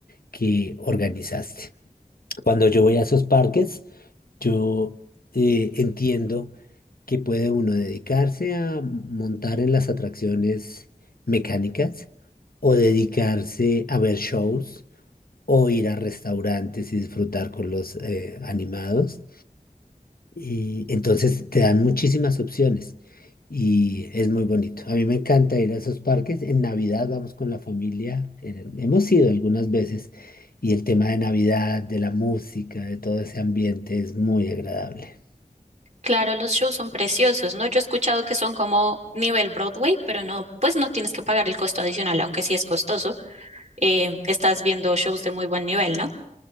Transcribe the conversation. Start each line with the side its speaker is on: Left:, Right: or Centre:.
Left: que organizaste. Cuando yo voy a esos parques, yo eh, entiendo que puede uno dedicarse a montar en las atracciones mecánicas o dedicarse a ver shows o ir a restaurantes y disfrutar con los eh, animados. Y entonces te dan muchísimas opciones y es muy bonito. A mí me encanta ir a esos parques. En Navidad vamos con la familia. eh, hemos ido algunas veces y el tema de Navidad, de la música, de todo ese ambiente es muy agradable.
Right: Claro, los shows son preciosos, ¿no? Yo he escuchado que son como nivel Broadway, pero no, pues no tienes que pagar el costo adicional, aunque sí es costoso. eh, estás viendo shows de muy buen nivel, ¿no?